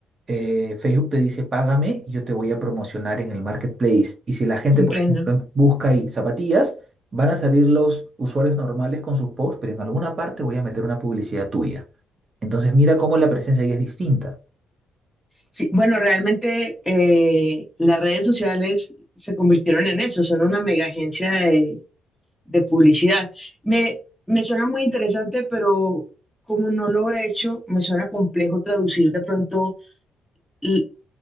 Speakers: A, on the right; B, in the centre.
A: eh, Facebook te dice, págame, yo te voy a promocionar en el marketplace. Y si la gente,
B: comprendo.
A: por ejemplo, busca ahí zapatillas, van a salir los usuarios normales con sus posts, pero en alguna parte voy a meter una publicidad tuya. Entonces mira cómo la presencia ahí es distinta.
B: Sí, bueno, realmente eh, las redes sociales se convirtieron en eso, son una mega agencia de publicidad. Me, me suena muy interesante, pero como no lo he hecho, me suena complejo traducir de pronto l-